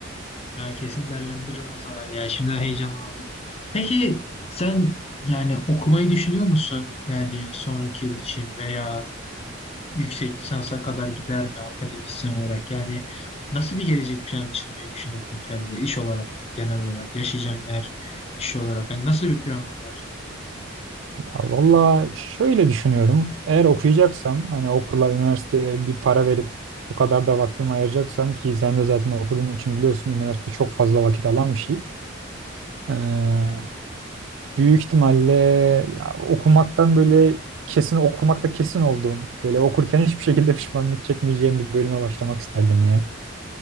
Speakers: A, on the left (about 30°); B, on the right (about 65°).
A: Ben kesin değerlendiririm o zaman ya. Şimdi heyecanlandım. Peki sen yani okumayı düşünüyor musun? Yani sonraki yıl için veya yüksek lisansa kadar gider mi akademisyen olarak? Yani nasıl bir gelecek planı çizmeyi düşünüyorsun kendine iş olarak, genel olarak, yaşayacağın yer iş olarak? Hani nasıl bir planın var?
B: Ya valla şöyle düşünüyorum eğer okuyacaksam hani okula üniversiteye bir para verip bu kadar da vaktimi ayıracaksam ki sen de zaten okuduğun için biliyorsun üniversite çok fazla vakit alan bir şey. Ee,
A: Bayağı.
B: büyük ihtimalle ya, okumaktan böyle kesin okumakta kesin olduğum böyle okurken hiçbir şekilde pişmanlık çekmeyeceğim bir bölüme başlamak isterdim ya.